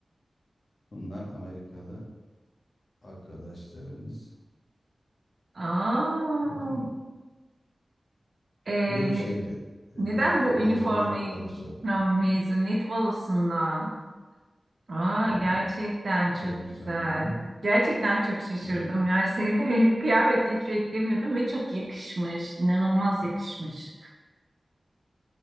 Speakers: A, on the left; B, on the right.
A: Bunlar Amerikalı arkadaşlarımız.
B: Aa,
A: Gördün mü?
B: e,
A: Bu şeydi.
B: ne-
A: e,
B: neden bu
A: mezuniyet
B: üniformayı
A: balosu
B: Ha, mezuniyet balosundan? Aa,
A: tabii.
B: gerçekten
A: Üç
B: çok
A: ayın sonunda.
B: güzel. Gerçekten çok şaşırdım.
A: Evet,
B: Yani seni böyle bir kıyafette hiç beklemiyordum ve çok yakışmış. İnanılmaz yakışmış.